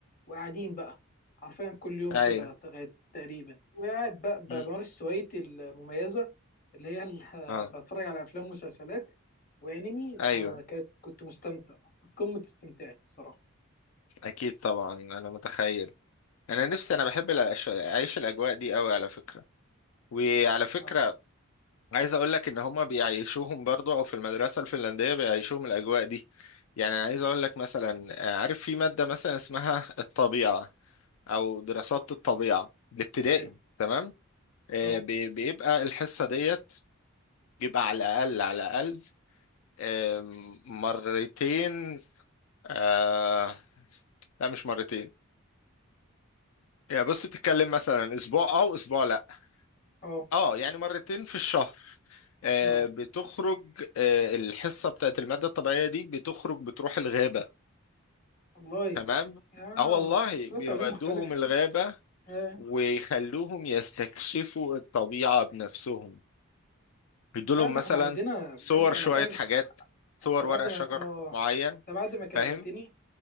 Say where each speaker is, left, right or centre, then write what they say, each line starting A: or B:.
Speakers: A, on the left; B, on the left.
A: وقاعدين بقى حرفيا كل يوم
B: ايوه
A: كده تغ- تقريبا وقاعد بقى ب- بمارس
B: مم.
A: هوايتي المميزة اللي هي ال-
B: اه
A: <laughs> بتفرج على أفلام ومسلسلات وأنمي
B: ايوه
A: فكنت كنت مستمتع قمة استمتاعي صراحة
B: اكيد طبعا انا متخيل انا نفسي انا بحب الأش- اعيش الاجواء دي قوي على فكره وعلى فكره
A: اه
B: عايز اقول لك ان هما بيعيشوهم برضو او في المدرسه الفنلنديه بيعيشوهم الاجواء دي يعني عايز اقول لك مثلا آه، عارف في ماده مثلا اسمها الطبيعه او دراسات الطبيعه الابتدائي
A: ايوه
B: تمام آه،
A: اه
B: بي- بيبقى الحصه ديت بيبقى على الاقل على الاقل آم، مرتين آه، لا مش مرتين يعني بص بتتكلم مثلا اسبوع او اسبوع لا
A: اه
B: اه يعني مرتين في الشهر آه،
A: اه
B: بتخرج آه، الحصة بتاعت المادة الطبيعية دي بتخرج بتروح الغابة
A: والله
B: تمام
A: يا
B: اه والله
A: ده
B: بيودوهم
A: تعليم مختلف
B: الغابة
A: آه.
B: ويخلوهم يستكشفوا الطبيعة بنفسهم يدولهم
A: لا ده
B: مثلا
A: احنا عندنا بجد
B: صور
A: انا
B: شوية
A: كان
B: حاجات صور
A: انت بعد
B: ورق
A: ما
B: شجر
A: اه
B: معين
A: انت بعد ما كلمتني
B: فاهم